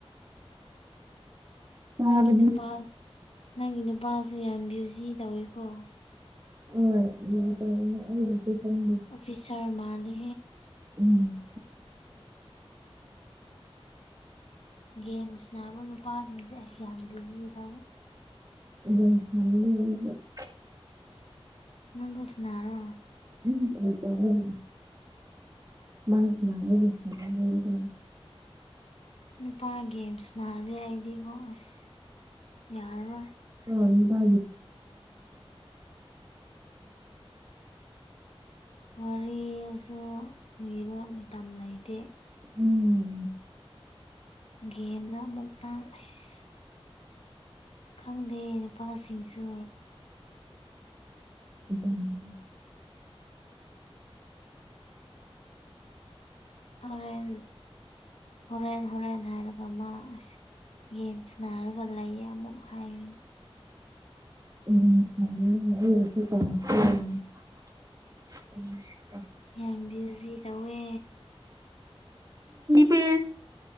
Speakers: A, on the right; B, on the left.
A: ꯆꯥꯕꯗꯤ
B: ꯅꯪꯒꯤ ꯅꯨꯄꯥ ꯅꯪꯒꯤ ꯅꯨꯄꯥꯁꯨ ꯌꯥꯝ ꯕ꯭ꯌꯨꯖꯤ ꯇꯧꯋꯤꯀꯣ
A: ꯍ ꯑꯣꯏꯁꯨ ꯊꯪ
B: ꯑꯣꯐꯤꯁꯔ ꯃꯥꯅꯦ
A: ꯎꯝ
B: ꯒꯦꯝꯁ ꯅꯥꯕ ꯅꯨꯄꯥꯁꯤꯡꯁꯦ ꯑꯩꯁꯨ ꯌꯥꯝ ꯕꯤꯖꯤ ꯇꯧꯋꯦ
A: ꯏꯁꯦ
B: ꯅꯪꯗꯁꯅꯔꯣ
A: ꯎꯝ ꯎꯝ ꯎꯝ ꯃꯥ ꯃꯥꯅ
B: ꯅꯨꯄꯥ ꯒꯦꯝꯁ ꯅꯥꯂꯦ ꯑꯩꯗꯤꯀꯣ ꯑꯁ ꯌꯥꯔꯣꯏ
A: ꯍ ꯀ
B: ꯋꯥꯔꯤꯁꯨ ꯎꯕ ꯃꯇꯝ ꯂꯩꯇꯦ
A: ꯎꯝ
B: ꯒꯦꯝꯗ ꯑꯃꯨꯛ ꯆꯥꯡꯂꯁ ꯈꯪꯗꯦ ꯅꯨꯄꯥꯁꯤꯡꯁꯨ
A: ꯎꯝ
B: ꯍꯣꯔꯦꯟ ꯍꯣꯔꯦꯟ ꯍꯣꯔꯦꯟ ꯍꯥꯏꯔꯒ ꯃꯥ ꯌꯦꯦꯝ ꯁꯟꯅꯔꯒ ꯂꯩ ꯑꯃꯨꯛ ꯍꯥꯏꯔꯦ
A: ꯎꯝꯔ
B: ꯌꯥꯝ ꯕ꯭ꯌꯨꯖꯤ ꯇꯧꯋꯦ
A: ꯄ